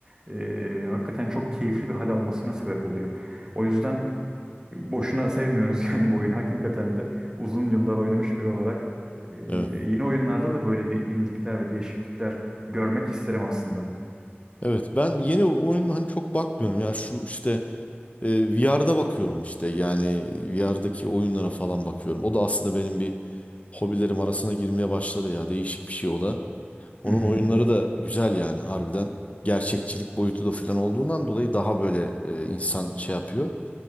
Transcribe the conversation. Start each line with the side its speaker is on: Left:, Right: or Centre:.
Right: e, hakikaten çok keyifli bir hal almasına sebep oluyor. O yüzden Boşuna sevmiyoruz <laughs> yani bu oyunu. Hakikaten de uzun yıllar oynamış biri olarak e,
Left: Evet.
Right: yeni oyunlarda da böyle de yenilikler ve değişiklikler görmek isterim aslında.
Left: Evet. Ben yeni oyun hani çok bakmıyorum. Yani şu işte E, VR'da bakıyorum işte yani VR'daki oyunlara falan bakıyorum. O da aslında benim bir hobilerim arasına girmeye başladı ya değişik bir şey o da. Onun
Right: Hı hı.
Left: oyunları da güzel yani harbiden gerçekçilik boyutu da falan olduğundan dolayı daha böyle e, insan şey yapıyor.